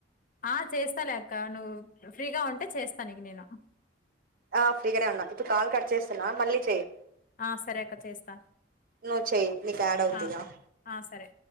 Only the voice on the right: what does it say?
ఆహ్ ఫ్రీగానే ఉన్నా ఇప్పుడు కాలు కట్ చేస్తున్నా మళ్ళీ చెయ్యి.
నువ్వు చెయ్యి నీకు యాడ్ అవుద్ది
ఇగ